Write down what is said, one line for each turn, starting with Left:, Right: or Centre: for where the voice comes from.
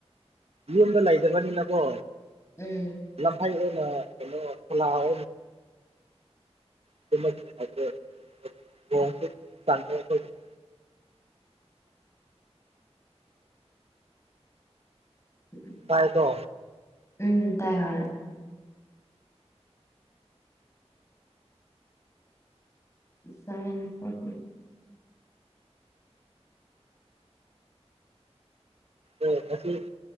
Right: ꯌꯨꯝꯗ ꯂꯩꯗꯕꯅꯤꯅꯀꯣ꯫
Left: ꯎꯝ꯫
Right: ꯂꯝꯐꯩ ꯑꯣꯏꯅ ꯀꯩꯅꯣ ꯈꯣꯂꯥ <inaudible> <unintelligible>
Left: <unintelligible>
Right: ꯀꯥꯏ ꯀꯣ
Left: ꯎꯝ ꯇꯥꯏ ꯍꯔꯦ ꯁꯚꯦꯟ ꯐꯣꯔꯇꯤ
Right: ꯑꯣ ꯃꯁꯤꯁꯤ